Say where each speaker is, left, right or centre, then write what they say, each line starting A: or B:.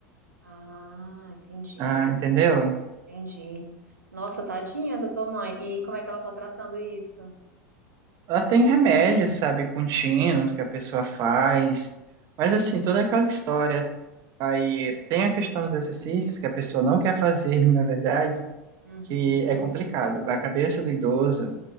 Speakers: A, on the right; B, on the right.
A: Ah, entendi,
B: Ah, entendeu?
A: entendi. Nossa, tadinha da tua mãe. E como é que ela tá tratando isso?
B: Ela tem remédios, sabe, contínuos que a pessoa faz, mas assim, toda aquela história. Aí tem a questão dos exercícios que a pessoa não quer fazer, <laughs> na verdade,
A: Uhum.
B: que é complicado. A cabeça do idoso